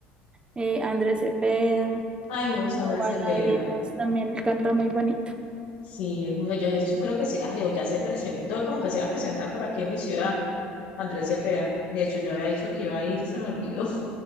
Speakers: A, on the right; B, on the left.
A: eh, Andrés Cepeda,
B: Ay, me gusta Andrés
A: o baladitas,
B: Cepeda.
A: también él canta muy bonito.
B: Sí, es muy bello. De hecho, creo que sí. Ay, o ya se presentó, él como que se iba a presentar por aquí en mi ciudad, Andrés Cepeda. y De hecho, yo había dicho que iba a ir y se me olvidó.